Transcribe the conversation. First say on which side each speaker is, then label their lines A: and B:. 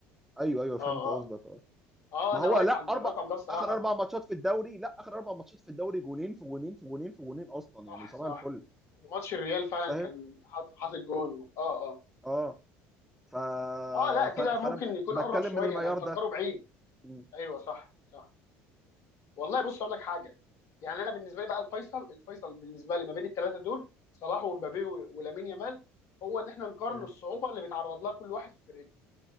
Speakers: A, in the centre; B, on the left (about 60°).
A: ايوه ايوه فهمت
B: اه
A: قصدك
B: اه
A: اه
B: اه
A: ما
B: انا
A: هو
B: واقف
A: لا
B: عند
A: اربع
B: الرقم ده بصراحه
A: اخر اربع
B: ما
A: ماتشات في الدوري لا اخر اربع ماتشات في الدوري جونين في جونين في جونين في جونين اصلا
B: صح
A: يعني صباح
B: صح
A: الفل
B: ماتش الريال فعلا
A: فاهم
B: كان حاط حاطط جون اه اه
A: اه ف...
B: اه لا كده
A: ف... فانا
B: ممكن يكون
A: بتكلم
B: قرب شويه
A: من المعيار
B: انا مفكره
A: ده
B: بعيد
A: م-
B: ايوه صح صح والله بص اقول لك حاجه يعني انا بالنسبه لي بقى الفيصل الفيصل بالنسبه لي ما بين الثلاثه دول صلاح ومبابي و- ولامين يامال هو ان احنا نقارن
A: م.
B: الصعوبه اللي بيتعرض لها كل واحد في فرقته